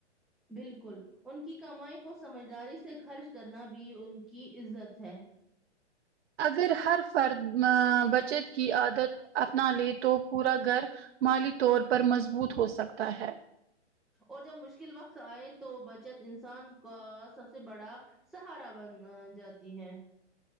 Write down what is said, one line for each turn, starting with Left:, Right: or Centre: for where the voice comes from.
Centre: بالکل ان کی کمائی کو سمجھداری سے خرچ کرنا بھی ان کی عزت ہے
Right: اگر ہر فرد ا بچت کی عادت اپنا لے تو پورا گھر مالی طور پر مضبوط ہو سکتا ہے
Centre: اور جب مشکل وقت آئے تو بچت انسان کا سب سے بڑا سہارا بن جاتی ہے